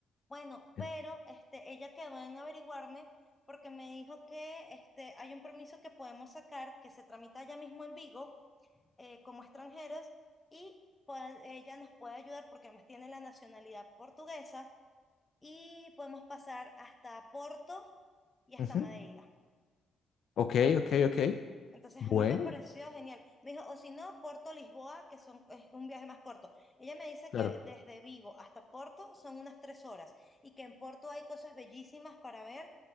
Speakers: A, on the left (about 15°); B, on the left (about 60°).
A: Bueno, pero
B: En-
A: este, ella quedó en averiguarme porque me dijo que este, hay un permiso que podemos sacar que se tramita allá mismo en Vigo eh, como extranjeros y pues, ella nos puede ayudar porque además tiene la nacionalidad portuguesa y podemos pasar hasta Porto y hasta
B: Ujú.
A: Madeira.
B: Ok, ok, ok.
A: Entonces
B: Bueno,
A: a mí me pareció genial. Me dijo, o si no, Porto, Lisboa, que son, es un viaje más corto. Ella me dice
B: claro.
A: que desde Vigo hasta Porto son unas tres horas y que en Porto hay cosas bellísimas para ver